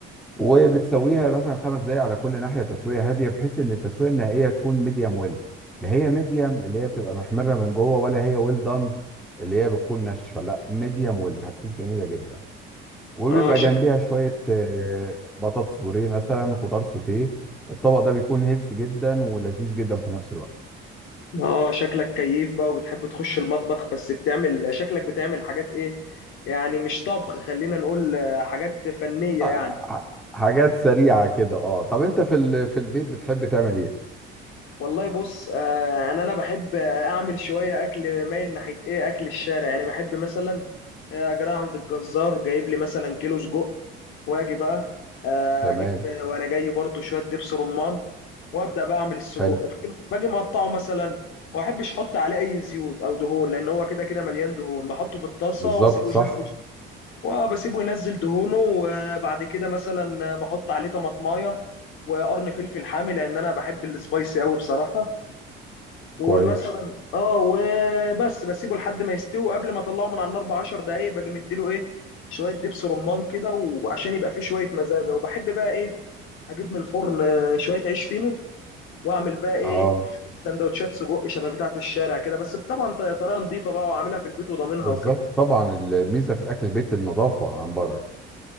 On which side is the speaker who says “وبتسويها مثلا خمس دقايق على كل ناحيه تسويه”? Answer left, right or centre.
Centre